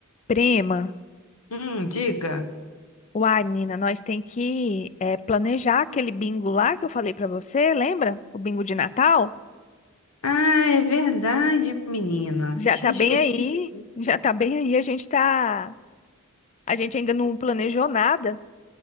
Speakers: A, on the left; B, on the left.
A: Prima,
B: Hum, diga.
A: uai, menina, nós tem que eh, planejar aquele bingo lá que eu falei pra você, lembra? O bingo de Natal?
B: Ah, é verdade, menina.
A: Já
B: Tinha
A: tá bem
B: esquecido.
A: aí,
B: disso.
A: já tá bem aí, a gente tá, a gente ainda não planejou nada.